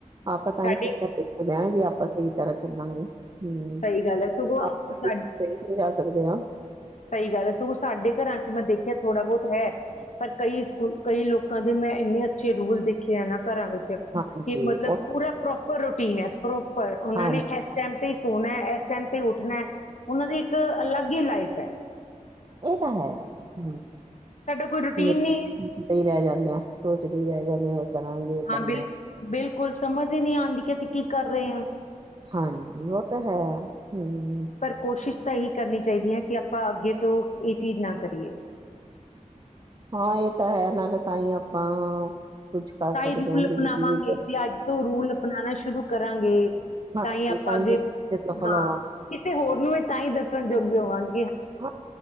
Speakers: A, on the right (about 35°); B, on the left (about 60°).
A: ਆਪਾਂ ਤਾਂ
B: ਸਾਡੇ
A: ਹੀ ਸਿੱਖਿਆ। <unintelligible> ਮੈਂ ਵੀ ਆਪਾ ਸਹੀ ਤਰ੍ਹਾਂ ਚੱਲਾਂਗੇ। ਹਮ
B: ਸਹੀ ਗੱਲ ਏ ਸਗੋਂ
A: ਆਪਾਂ
B: ਸਾਡ
A: ਜਾ ਸਕਦੇ ਆ।
B: ਸਹੀ ਗੱਲ ਏ। ਸਗੋਂ ਸਾਡੇ ਘਰਾਂ ਚ ਮੈਂ ਦੇਖਿਆ ਥੋੜਾ ਬਹੁਤ ਹੈ। ਪਰ ਕਈ ਸਕੂ ਕਈ ਲੋਕਾਂ ਦੇ ਮੈਂ ਇੰਨੇ ਅੱਛੇ ਰੂਲ ਦੇਖੇ ਐ ਨਾ ਘਰਾਂ ਵਿੱਚ ਕਿ
A: ਹਾਂਜੀ
B: ਮਤਲਬ
A: ਉਹ
B: ਪੂਰਾ ਪ੍ਰੋਪਰ ਰੂਟੀਨ ਏ। ਪ੍ਰੋਪਰ ਉਹਨਾਂ
A: ਹਾਂਜੀ
B: ਨੇ ਇਸ ਟਾਈਮ ਤੇ ਹੀ ਸੋਨਾ ਇਸ ਟਾਈਮ ਕਿ ਉੱਠਨਾਏ ਉਹਨਾਂ ਦੀ ਇੱਕ ਅਲੱਗ ਹੀ ਲਾਈਫ ਏ।
A: ਏ ਤਾਂ ਹੈ। ਹੁੰ
B: ਸਾਡਾ ਕੋਈ ਰੂਟੀਨ
A: <unintelligible>
B: ਨਹੀਂ ਹੈ
A: ਦੇ ਰਹਿ ਜਾਂਨੇ ਆਂ, ਸੋਚਦੇ ਰਹਿ ਜਾਂਨੇ ਆਂ ਕਰਾਂਗੇ।
B: ਹਾਂ,
A: ਕਰਨਾ
B: ਬਿਲਕੁ ਬਿਲਕੁਲ ਸਮਝ ਹੀਈ ਨਈ ਆਂਦੀ ਕਿ ਅਸੀ ਕੀ ਕਰ ਰੇ ਆ।
A: ਹਾਂਜੀ ਉਹ ਤਾਂ ਹੈ ਹਮ
B: ਪਰ ਕੋਸ਼ਿਸ਼ ਤਾਂ ਇਹੀ ਕਰਨੀ ਚਾਹੀਦੀ ਹੈ ਕਿ ਆਪਾਂ ਅੱਗੇ ਤੋਂ ਇਹ ਚੀਜ਼ ਨਾ ਕਰੀਏ
A: ਹਾਂ ਇਹ ਤਾਂ ਹੈ ਨਾਲੇ ਤਾਂ ਹੀ ਆਪਾਂ ਕੁੱਝ ਕਰ
B: ਤਾਂ
A: ਸਕਦੇ
B: ਹੀ ਰੂਲ
A: ਹਾਂ
B: ਅਪਣਾਵਾਂਗੇ
A: ਜ਼ਿੰਦਗੀ ਵਿੱਚ
B: ਵੀ ਅੱਜ ਤੋਂ ਰੂਲ ਅਪਣਾਣਾ ਸ਼ੁਰੂ ਕਰਾਂਗੇ
A: ਹਾਂਜੀ
B: ਤਾਂ ਹੀ ਆਪਾਂ ਅੱਗੇ
A: ਜ਼ਿੰਦਗੀ ਚ ਸਫਲ
B: ਹਾਂ
A: ਹੋਵਾਂਗੇ
B: ਕਿਸੇ ਹੋਰ ਨੂੰ ਵੀ ਤਾਂ ਹੀ ਦੱਸਣ ਯਗ ਹੋਵਾਨ
A: ਹਾਂ